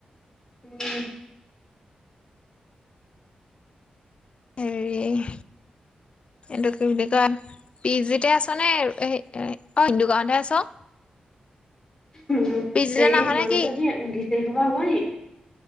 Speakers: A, on the left (about 20°); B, on the left (about 40°).
A: <unintelligible>
B: হেৰি এটো কি বুলি কয়, পি জিতে আছ আছেনে হেই অ', দোক দোকানত হে আছ?
A: উম,
B: পি জিলে
A: হেই
B: নাহ
A: তোমালোকৰ
B: নে কি?
A: <unintelligible> <unintelligible> হ'ব নি?